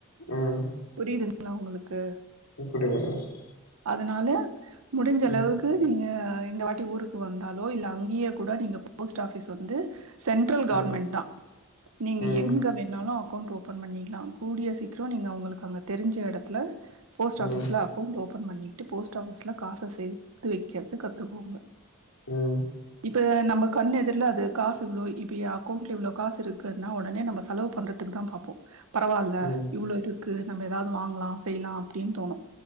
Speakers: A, on the left; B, on the right.
A: ம்
B: புரியுதுங்களா உங்களுக்கு
A: <unintelligible>
B: அதனால முடிஞ்ச அளவுக்கு
A: ம்
B: நீங்க இந்த வாட்டி ஊருக்கு வந்தாலோ இல்ல அங்கேயே கூட நீங்க போஸ்ட் ஆபிஸ் வந்து சென்ட்ரல் கவ்ர்மெண்ட்
A: ம்
B: தா நீங்க
A: ம்
B: எங்க வேணாலு அக்கௌண்ட் ஓப் பன் பண்ணிக்கலா கூடிய சீக்கிரோ நீங்க உங்களுக்கு அங்க தெரிஞ்ச எடத்துல போஸ்ட்
A: ம்
B: ஆபீஸ்ல அக்கவ்ண்ட் ஓபன் பண்ணிட்டு போஸ்ட் ஆபிஸ்ல காச சேத்து வைக்கிற்து கத்துக்கோங்க
A: ம்
B: இப்ப நம்ம கண்ணு எதர்ல அது காசு இவ்வளோ இப்ப ஏ அக்கவுண்ட்ல இவ்ளோ காசு இருக்குன்னா ஒடனே நம்ம ஸா செலவு பண்றதுக்கு தா பாப்போ பரவாயில்ல
A: ம்
B: இவ்ளோ இருக்கு நம்ம ஏதாவுது வாங்கலா செய்யலா அப்டின்னு தோணு